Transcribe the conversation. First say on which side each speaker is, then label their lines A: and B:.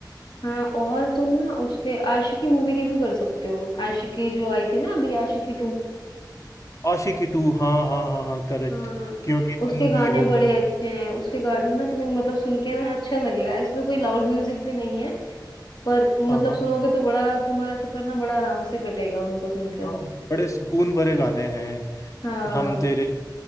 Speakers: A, on the left; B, on the left.
A: हाँ और तुम ना उसके आशिकी मूवी के भी कर सकते हो आशिकी जो आई थी ना अभी आशिकी टू
B: आशिकी टू हाँ हाँ हाँ हाँ करेक्ट
A: हाँ
B: क्योंकि तुम
A: उसके गाने
B: ही हो
A: बड़े अच्छे हैं उसके गाने ना तुम्हें मतलब सुन के ना अच्छा लगेगा इसमें कोई लाउड म्यूजिक भी नहीं है पर मतलब
B: हाँ हाँ
A: सुनोगे तो बड़ा तुम्हारा सफर ना बड़ा आराम से कटेगा उनको सुनकर
B: हाँ बड़े सुकून भरे गाने हैं
A: हाँ
B: हम तेरे